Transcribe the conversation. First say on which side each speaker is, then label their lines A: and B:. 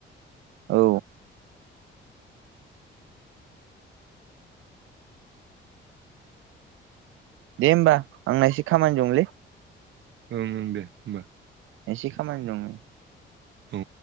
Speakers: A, on the right; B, on the right.
A: औ। दे होमबा आंना एसे खामानि दंलै
B: ओं ओं दे होमबा।
A: एसे खामानि दं नै।
B: औ।